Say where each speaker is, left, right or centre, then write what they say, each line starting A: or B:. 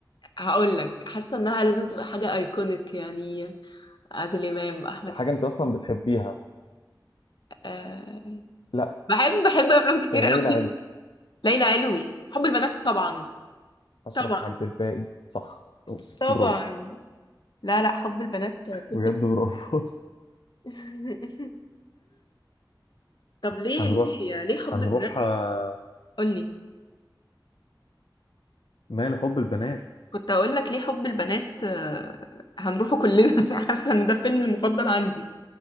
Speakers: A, on the left; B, on the left.
A: هقول لك حاسه انها لازم تبقى حاجه ايكونيك يعني عادل امام احمد
B: حاجه
A: السقا
B: انت اصلا بتحبيها
A: أه
B: لا
A: بحب بحب افلام كتير
B: يا
A: قوي
B: ليلى علوي
A: <laughs> ليلى علوي حب البنات طبعا
B: اشرف
A: طبعا
B: عبد الباقي صح
A: طبعا
B: برافو
A: لا لا حب البنات طب
B: بجد برافو
A: <laughs>
B: <laughs>
A: طب ليه
B: هنروح
A: ليه ليه حب
B: هنروح
A: البنات
B: آه،
A: قولي
B: ما لحب البنات
A: كنت هقول لك ليه حب البنات آه، هنروحه كلنا <laughs> حاسه ان ده فيلم المفضل عندي